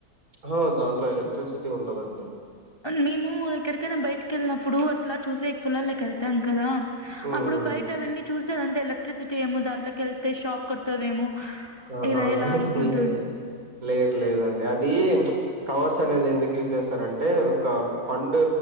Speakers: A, on the right; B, on the left.
A: అహా! దాంట్లో ఎలక్ట్రిసిటీ ఉండదండి
B: మేము ఎక్కడికైనా బయటికి వెళ్ళినప్పుడు అట్లా చూసే పోల్లల్లోకి వెళ్తాం కదా
A: హ్మ్.
B: అప్పుడు బయట అవన్నీ చూసి అంత ఎలక్ట్రిసిటీ ఏమో దాట్లో వెళ్తేషాక్ కొడుతుదేమో
A: ఆహా!
B: ఇలా ఇలా
A: లేదు
B: అనుకుంటుడి
A: లేదు. లేదు లేదండి అది కవర్స్ అనేది ఎందుకు యూజ్ చేస్తారంటే ఒక పండు